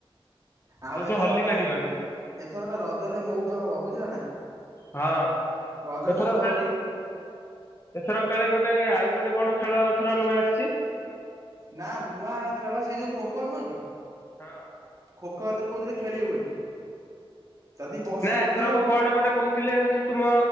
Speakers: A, on the right (about 35°); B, on the left (about 25°).
A: ଆଉ
B: ଆଛା
A: ଏଥର
B: ହଲି
A: ବା
B: ପାରିବନି।
A: ଏଥର ବା ରଜରେ ମଉଜ ହବ ବୁଝିଲ ନା।
B: ହଁ
A: ରଜ
B: ଏଥର
A: ମଉଜ
B: କାଳେ।
A: ହୋଇ
B: ଏଥର କାଳେ ଗୋଟେ ଆଉ ଗୋଟେ କଣ ଖେଳ ଏଥର ନୂଆ ଆସିଛି?
A: ନା ନୂଆ ଖେଳ ସେ ଯୋଉ ଖୋଖୋ ନୁହଁ କି?
B: ହଁ।
A: ଖୋ ଖୋ ଏଥର କହୁଥିଲେ ଖେଳିବେ ବୋଲି। ଯଦି ବର୍ଷା
B: ନା ଏଥରକ
A: ଅଧିକ ହୁଏ
B: କଣ ଗୋଟେ କହୁଥିଲେ ହଉଛି ତୁମ